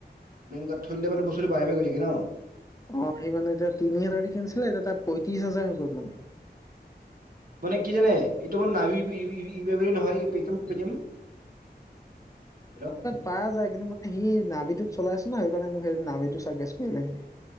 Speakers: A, on the right (about 55°); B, on the left (about 20°).
A: বেংকত থৈ দিলে মানে বস্তুটো বাঢ়ি বাঢ়ি গৈ থাকে ন?
B: অ সি মানে এতিয়া তিনি হাজাৰ দি কিনিছিলে এতিয়া তাৰ পয়ত্ৰশ হাজাৰ হৈ গ'ল মানে
A: মানে কি জানে এইটো মানে নাভি ইউবিবি ডাব্লিউ ডাব্লিউ নহই পেতিএম পেতিএম হেল্লৌ
B: পা যায় কিন্তু মানে সি নাভভিটোত চলাইছছে ন সেইকাৰণে মোক সেই নভভিটো সুগেষ্ট কৰিলে সি